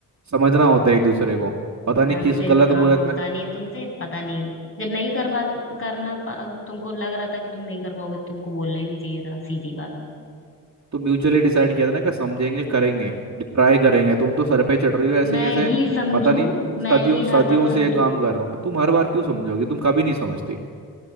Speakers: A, on the right; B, on the left.
A: समझना होता है एक दूसरे को पता नहीं
B: ढंग
A: किस
B: से
A: गलत
B: काम
A: मुहूर्त
B: होता
A: में
B: नहीं तुमसे पता नहीं जब नहीं कर पाते करना पा, तुमको लग रहा था कि तुम नहीं कर पाओगे तुमको बोलना ही नहीं चाहिए था सीधी बात
A: तो म्यूचुअली डिसाइड किया था ना कि समझेंगे करेंगे ट्राई करेंगे तुम तो सर पे ही चढ़ रही हो ऐसे
B: मैं
A: ही ऐसे
B: ही समझू
A: पता नहीं
B: मैं
A: सदियों
B: ही हर
A: सदियों
B: बार समझू
A: से ये काम कर रहा हूँ मैं तुम हर बार क्यों समझोगी तुम कभी नहीं समझती